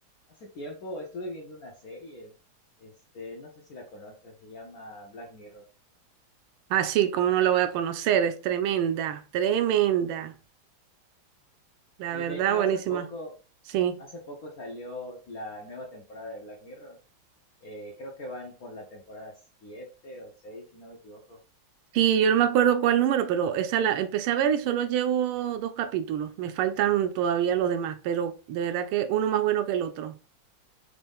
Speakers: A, on the left; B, on the right.
A: Hace tiempo estuve viendo una serie, este, no sé si la conozcas, se llama Black Mirror.
B: Ah, sí, cómo no la voy a conocer, es tremenda, tremenda, la
A: Y
B: verdad,
A: de hecho
B: buenísima.
A: hace poco,
B: Sí,
A: hace poco salió la nueva temporada de Black Mirror. Eh, creo que van por la temporada 7 o 6, si no me equivoco.
B: sí, yo no me acuerdo cuál número, pero esa la empecé a ver y solo llevo dos capítulos, me faltan todavía los demás, pero de verdad que uno más bueno que el otro.